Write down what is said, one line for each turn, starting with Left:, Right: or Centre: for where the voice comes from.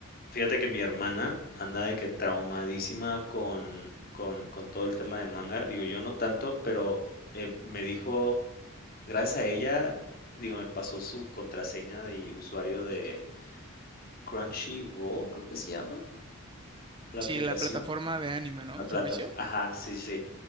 Left: Fíjate que mi hermana anda de que traumadísima con con con todo el tema de manga. Digo, yo no tanto, pero, eh, me dijo gracias a ella, digo, me pasó su contraseña y usuario de Crunchyroll, creo que se llama la
Right: Sí,
Left: aplicación,
Right: la plataforma de anime, ¿no?
Left: la
Right: En
Left: plataforma.
Right: servicio.
Left: ajá, sí, sí. sí,